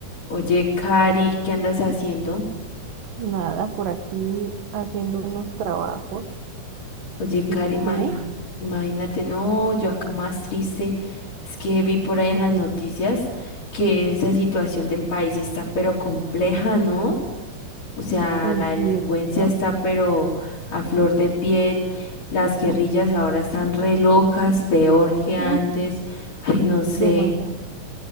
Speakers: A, on the left (about 70°); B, on the right (about 85°).
A: Oye, Cari, ¿qué andas haciendo?
B: Nada, por aquí haciendo unos trabajos.
A: Oye, Cari,
B: ¿Y
A: imagín-
B: tú?
A: imagínate, no, yo acá más triste. Es que vi por ahí en
B: Porque,
A: las noticias que esa situación del país está pero compleja, ¿no? O sea,
B: uy,
A: la delincuencia
B: sí, demasiado.
A: está pero a flor de piel, las guerrillas ahora están re locas, peor que antes.
B: Mm,
A: Ay, no sé,
B: Demasiado.